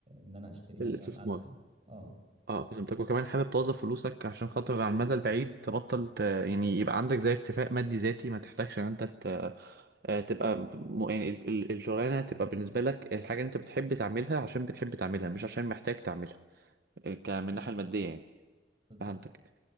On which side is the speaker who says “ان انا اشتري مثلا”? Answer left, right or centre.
Right